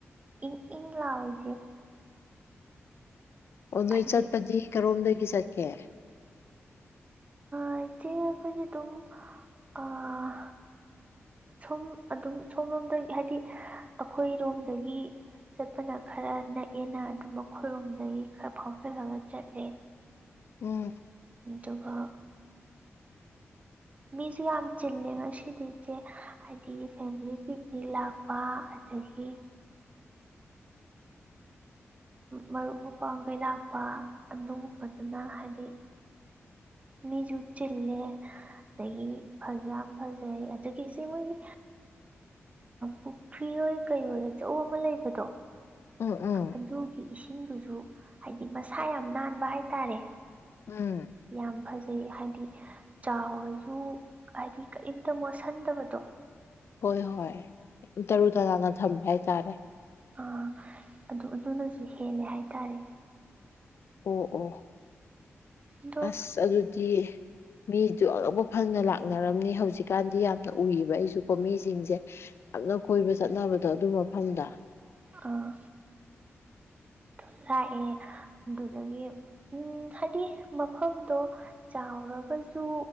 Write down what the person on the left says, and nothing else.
ꯑꯣ ꯅꯣꯏ
ꯆꯠꯄꯗꯤ ꯀꯔꯣꯝꯗꯒꯤ ꯆꯠꯀꯦ꯫
ꯎꯝ꯫
ꯑꯣ ꯑꯥ
ꯎꯝ
ꯍꯣꯏ ꯍꯣꯏ ꯇꯔꯨ ꯇꯔꯥꯅ ꯊꯝꯕ ꯍꯥꯏꯇꯥꯔꯦ
ꯑꯣ ꯑꯣ
ꯑꯁ ꯑꯗꯨꯗꯤ ꯃꯤꯁꯨ ꯑꯅꯧꯕ ꯐꯪꯅ ꯂꯥꯛꯅꯔꯝꯅꯤ ꯍꯧꯖꯤꯛꯀꯥꯟꯗꯤ ꯌꯥꯝꯅ ꯎꯏꯕ ꯑꯩꯁꯨꯀꯣ ꯃꯤꯁꯤꯡꯁꯦ ꯌꯥꯝꯅ ꯀꯣꯏꯕ ꯆꯠꯅꯕꯗꯣ ꯑꯗꯨ ꯃꯐꯝꯗ